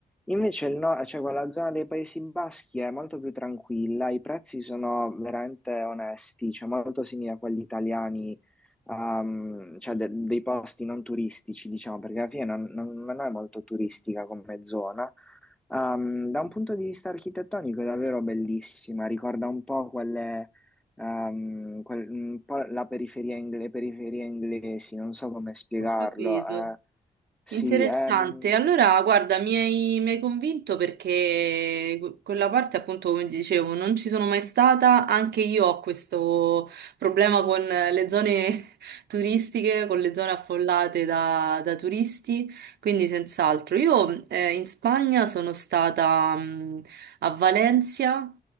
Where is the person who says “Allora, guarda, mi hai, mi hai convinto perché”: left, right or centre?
Right